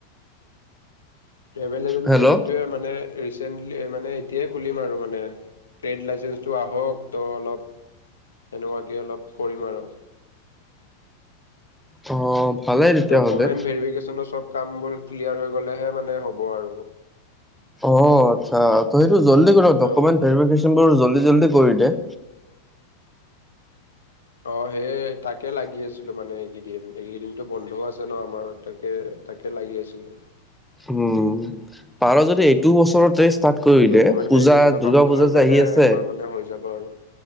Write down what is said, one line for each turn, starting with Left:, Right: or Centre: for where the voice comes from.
Left: ট্ৰেভেল এজেঞ্চি
Centre: হেল্ল'
Left: সেইটোৱে মানে ৰিচেন্টলি মানে এতিয়াই খুলিম আৰু মানে ট্ৰেড লাইচেন্ঞ্চটো আহক ত অলপ তেনেকুৱাকে অলপ কৰিম আৰু।
Centre: অ' ভালেই তেতিয়াহ'লে।
Left: ডকমেণ্ট ভাৰিভেকেচনৰ চব কামবোৰ ক্লিয়াৰ হৈ গ'লে হে মানে হ'ব আৰু।
Centre: অ আচ্ছা ত সেইটো জল্দি কৰা।
Left: হেল্ল'
Centre: ডকমেণ্ট ভেৰিফিকেশচন বোৰ জল্দি জল্দি কৰি দে।
Left: অ সেইযয়ে তাকে লাগি আছিলোঁ মানে এইকেইদিন, এইকেইদিনতো বন্ধও আছে ন আমাৰ তাকে তাকে লাগি আছিলো।
Centre: উম। পাৰ যদি এইটো বছৰৰ তেষ্ট ষ্টাৰ্ট কৰি
Left: ডকুমেণ্ট
Centre: দে, পূজা
Left: ভেৰিফিকেশ্যনৰ
Centre: দৰ্গা
Left: কামটো
Centre: পূজা
Left: হৈ গ'লে
Centre: যে আহি আছে
Left: একবাৰ মানে হৈ যাব আৰু।